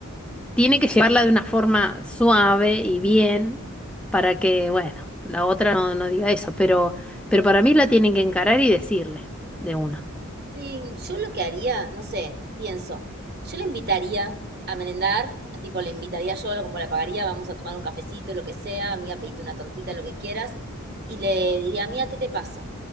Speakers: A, in the centre; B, on the right.
A: tiene que llevarla de una forma suave y bien para que, bueno, la otra no, no diga eso, pero, pero para mí la tienen que encarar y decirle de una.
B: Sí, yo lo que haría, no sé, pienso, yo la invitaría a merendar, tipo, la invitaría yo, como la pagaría, vamos a tomar un cafecito, lo que sea, amiga, pedite una tortita, lo que quieras, y le diría, amiga, ¿qué te pasa?